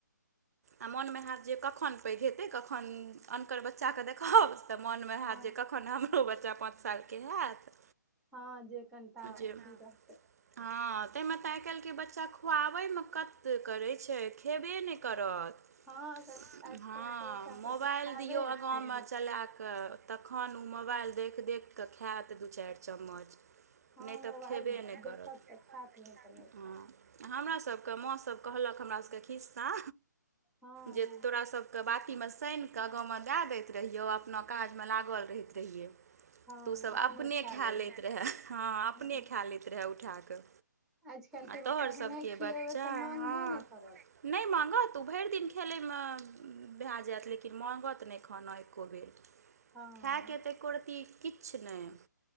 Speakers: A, on the right; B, in the centre.
A: आ मोनमे होैत जे कखन पैघ हेतै कखन अनकर बच्चाकेँ देखब तऽ मोनमे
B: हँ
A: हैत जे कखन हमरो बच्चा पाँच सालके हैत।
B: हँ जे कनिटा
A: जे
B: अथी रहतै।
A: हँ ते मे ते आइ काल के बच्चा खुआवे मे कद करे छै खेबे नहि कर करत
B: हँ अगर आज
A: हां
B: कल के बच्चा सबके
A: मोबाइल
B: खायबे
A: दियो
B: अथी
A: हम
B: रहे
A: चलेंब
B: छै
A: केऽ तखन ओ मोबाइल देखि देख कऽ खायत दू चारि चम्मच '
B: हँ
A: नहि तऽ
B: मोबाइल
A: खयबे नहि
B: देखत
A: करब
B: तऽ खायत नहि तऽ नहि
A: हँ
B: खायत
A: ' हमरा सभके माँसभ कहलक हमरा सभके खिस्सा
B: हँ
A: जे
B: हँ
A: तोरा सब के बाटी मे सेन के आगा मे दाय दैत रहियो अपना काज मे लागल रहि रहिये
B: हँ
A: तु सब अपने खा
B: ले
A: लैत
B: रहे
A: रहै अपने
B: हँ
A: खा ल खैत रहए उठा कऽ
B: आजकल
A: आ
B: के
A: तोहर
B: बच्चा के
A: सभके
B: नहि खिलेबै
A: बच्चा
B: तऽ मांगबो
A: हँ
B: नहि करत
A: नहि माँगत ओ भेर दिन खेलयमे भए जायत लेकिन माँगत त नहि खाना एक्को बेर
B: हँ
A: खाय क तऽ एको रत्ती किछु नहि